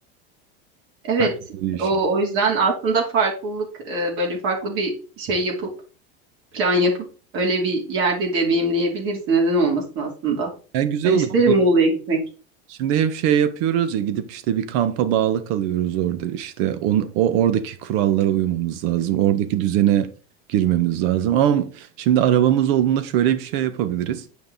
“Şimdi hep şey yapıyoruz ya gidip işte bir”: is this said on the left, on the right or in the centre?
Right